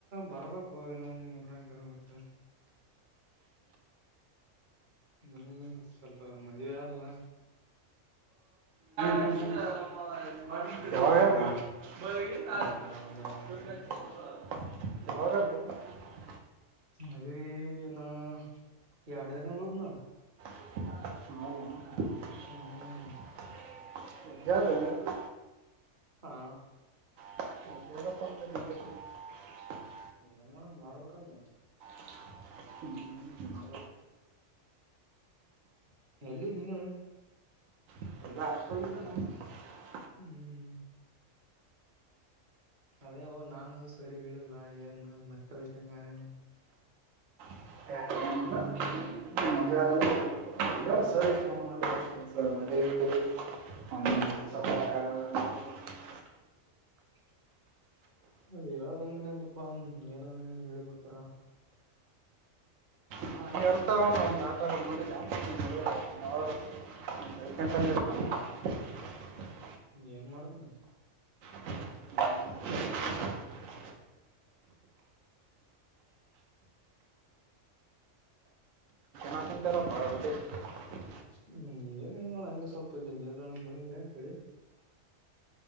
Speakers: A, on the right (about 40°); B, on the right (about 80°).
A: ಬರ್ಬೇಕು ಇನ್ನೊ ಒಂದ್ ಮೂರ್ನಾಕು ದಿನ ಬಿಟ್ಟು. ಹ್ಮ್ ಸ್ವಲ್ಪ ಮದವಿಯಾದ್ದಲ್ಲ.
B: ಹ್ಮ ಹೂ
A: ಸಲಾಗಿ
B: ಯಾವಾಗ್ಯಾದ್ದ
A: ಬರ್ಲಾರ್ದಂಗ
B: <unintelligible>
A: ಆ ಕಡೆ
B: <unintelligible>
A: ಮದುವಿ ಇನ್ನೂ ಎರಡ ದಿನಾ ಉಳದ್ ನೋಡು
B: <unintelligible>
A: ಹ್ಮ್ ಹಾ
B: <unintelligible>
A: ಏನ್ ಮಾಡಕ್ ಮಾಡ್ಬೇಕಲ್ ಮತ್
B: <inaudible>
A: ಎಲ್ಲಿದ್ದ್ ನಿನ್ನೆ
B: <unintelligible>
A: ಹ್ಮ್ ಅದೇ ಓ ನಾನು ಸರಿಗೇಳಿಲ್ಲ ಏನ್ ಮತ್ತೆ ವಯಷಂಗಾನೇನು.
B: <unintelligible> <unintelligible> <unintelligible>
A: <inaudible> ಹೇಳದಂಗನ ಇರ್ಲಿಪಾ ಏನ ಏನನ ಹೇಳಿ ಬಿಡ್ತಾರ
B: <unintelligible> <unintelligible>
A: ಏನ್ ಮಾಡದ
B: <unintelligible> <unintelligible>
A: ಹ್ಮ್ ಏನಿಲ್ ನೋಡ ಹಂಗ ಸ್ವಲ್ಪ ಇಲ್ಲಿ ನಿಲ್ದಾಣಕ್ಕೆ ಬಂದಿದ್ದೆ ಕಡೆ.